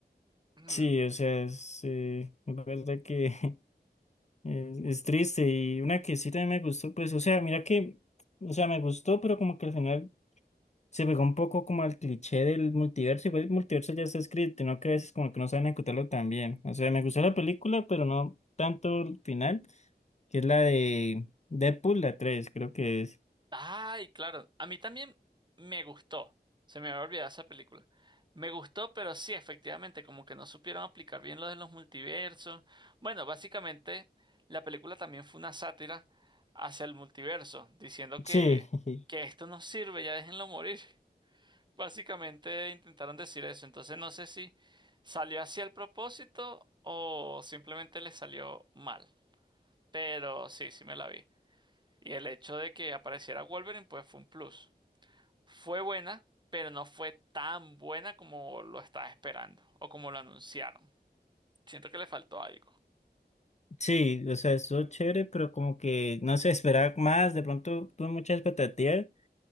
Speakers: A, on the right; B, on the left.
A: Mm.
B: sí, o sea, es, eh, la verdad que <laughs> es, es triste y una que sí también me gustó, pues, o sea, mira que, o sea, me gustó, pero como que al final... Se pegó un poco como al cliché del multiverso, igual el multiverso ya está escrito, ¿no? Que a veces como que no saben ejecutarlo tan bien. O sea, me gustó la película, pero no tanto el final, que es la de Deadpool, la 3 creo que es.
A: Ay, claro. A mí también me gustó. Se me había olvidado esa película. Me gustó, pero sí, efectivamente, como que no supieron aplicar bien lo de los multiversos. Bueno, básicamente, la película también fue una sátira hacia el multiverso, diciendo que,
B: Sí, <laughs>
A: que esto no sirve, ya déjenlo morir. <laughs> Básicamente intentaron decir eso. Entonces no sé si salió hacia el propósito o simplemente le salió mal. Pero sí, sí me la vi. Y el hecho de que apareciera Wolverine, pues fue un plus. Fue buena, pero no fue tan buena como lo estaba esperando o como lo anunciaron. Siento que le faltó algo.
B: sí, o sea, estuvo chévere, pero como que no se esperaba más, de pronto tuve muchas expectativas,